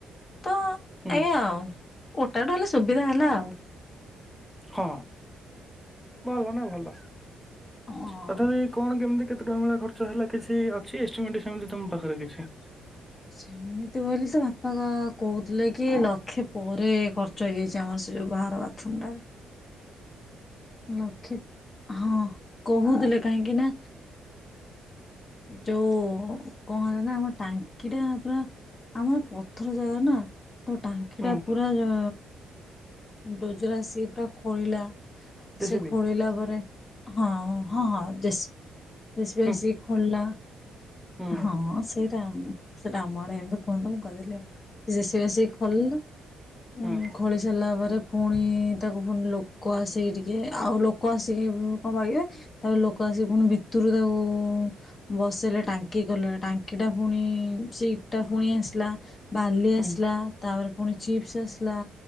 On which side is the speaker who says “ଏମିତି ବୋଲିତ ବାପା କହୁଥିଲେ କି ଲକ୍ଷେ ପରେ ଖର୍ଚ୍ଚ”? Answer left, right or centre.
Left